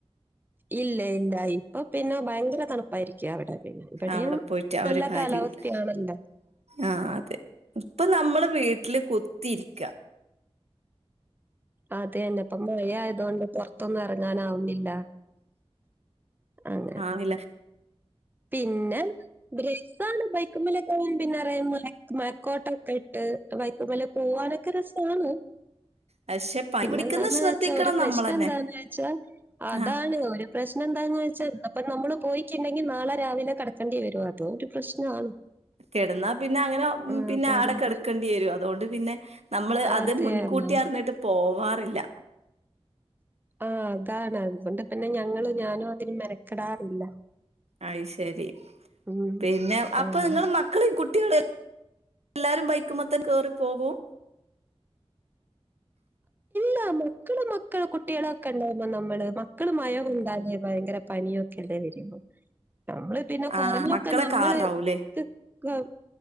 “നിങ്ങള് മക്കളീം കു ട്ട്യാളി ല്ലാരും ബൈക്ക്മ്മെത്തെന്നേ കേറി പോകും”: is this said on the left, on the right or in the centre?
Right